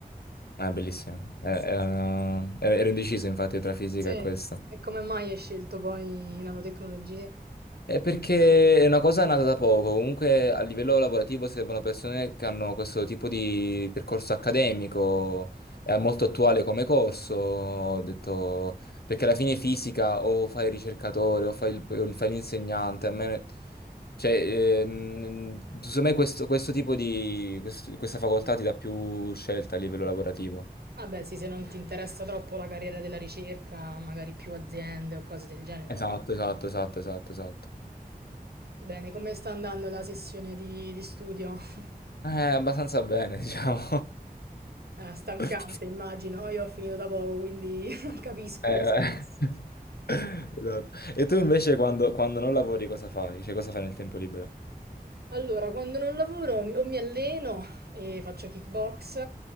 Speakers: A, on the left; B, on the right.
A: Ah, bellissimo. Eh,
B: Sì,
A: eh,
B: sì, sì.
A: ero indeciso infatti tra fisica
B: Sì,
A: e questo.
B: e come mai hai scelto poi nanotecnologie?
A: È perché è una cosa nata da poco, comunque a livello lavorativo servono persone che hanno questo tipo di percorso accademico, è molto attuale come corso, ho detto, perché alla fine fisica o fai il ricercatore o fai il- o fai l'insegnante, a me, cioè, ehm, secondo me questo, questo tipo di, quest- questa facoltà ti dà più scelta a livello lavorativo.
B: Ah beh, sì, se non ti interessa troppo la carriera della ricerca, magari più aziende o cose del genere,
A: Esatto,
B: fatto bene.
A: esatto, esatto, esatto, esatto.
B: Bene, come sta andando la sessione di, di studio? <laughs>
A: Eh, abbastanza bene, diciamo.
B: Eh, stancante,
A: <laughs>
B: immagino. Io ho finito da poco, quindi <laughs> capisco
A: Eh,
B: lo stress.
A: <laughs> esatto. E tu invece quando, quando non lavori cosa fai? Cioè cosa fai nel tempo libero?
B: Allora, quando non lavoro mi- o mi alleno e faccio kickbox